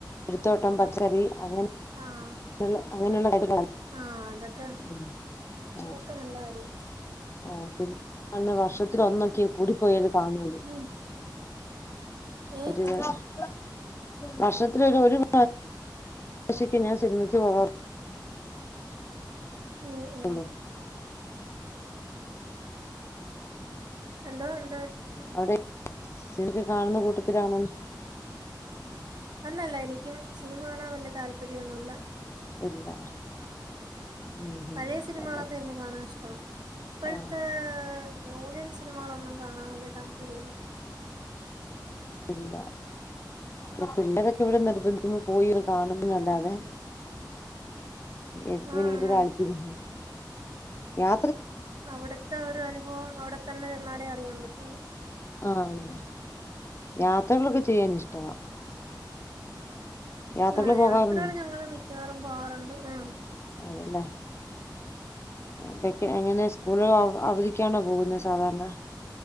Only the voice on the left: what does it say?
ഒരുത്തോട്ടം
പച്ചക്കറി അങ്ങനെ
അങ്ങനെള്ള അങ്ങനെള്ള അത്,
ഉം ആ
ആ പിന്നെ <unintelligible> വർഷത്തില് ഒന്നൊക്കെ കൂടിപ്പോയല് കാണ്ള്ളൂ.
<unintelligible> വർഷത്തിലൊരു ഒരു പ ശയ്ക്ക് ഞാൻ സിനിമയ്ക്ക് പോകാർ
<unintelligible>
അവിടെ <unintelligible> കാണുന്ന കൂട്ടത്തിലാണോ
ഇല്ല ഉം
ഉം
അല്ലെ
ആ
ഇല്ല പിന്നെ പിള്ളേരൊക്കെ ഇവിടെ നിർബന്ധിക്കുമ്പോ പോയി ഒന്ന് കാണുംയെന്നല്ലാതെ എനിക്ക്
പിന്നെ
വല്ലിയ താല്പര്യ യാ
ആഹ് അത് തന്നെ യാത്രകളൊക്കെ ചെയ്യാൻ ഇഷ്ടവാ യാത്രകള്
പോകാറുണ്ടോ
<unintelligible> ഇടക്ക് എങ്ങനെ സ്കൂള് അവധിക്കാണോ പോകുന്നേ സാധാരണ